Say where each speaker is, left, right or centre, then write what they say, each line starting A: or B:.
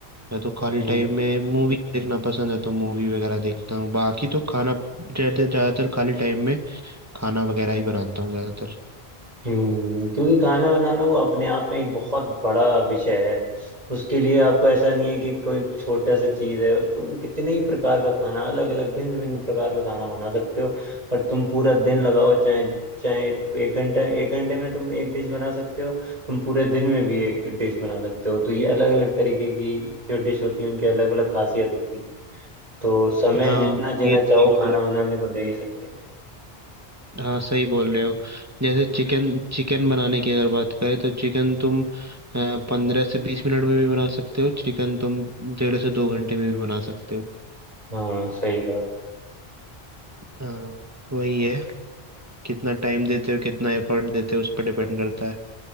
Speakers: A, on the right; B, on the right.
A: या तो खाली
B: हम्म
A: टाइम में मूवी देखना पसंद है तो मूवी वगैरह देखता हूँ बाकी तो खाना ज़्यादा- ज़्यादातर खाली टाइम में खाना वगैरह ही बनाता हूँ ज़्यादातर
B: हम्म क्योंकि खाना बनाना वो अपने आप में एक बहुत बड़ा विषय है उसके लिए आपको ऐसा नहीं है कि कोई छोटा सा चीज है तुम कितने ही प्रकार का खाना अलग अलग भिन्न भिन्न प्रकार का खाना बना सकते हो और तुम पूरा दिन
A: हम्म।
B: लगाओ चाहे चाहे एक घंटा एक घंटे में तुम एक डिश बना सकते हो तुम पूरे दिन में भी एक डिश बना सकते हो तो ये अलग अलग तरीके की जो डिश होती है उनकी अलग अलग खासियत होती है तो समय
A: हाँ
B: जितना जीना
A: ये सही
B: चाहो
A: बोल
B: खाना बनाने को दे ही सकते हैं
A: हाँ सही बोल रहे हो जैसे चिकन चिकन बनाने की अगर बात करें तो चिकन तुम पंद्रह से बीस मिनट में भी बना सकते हो चिकन तुम डेढ़ से दो घंटे में भी बना सकते हो
B: हाँ सही कहा
A: हाँ वही है कितना टाइम देते हो कितना एफर्ट देते हो उस पर डिपेंड करता है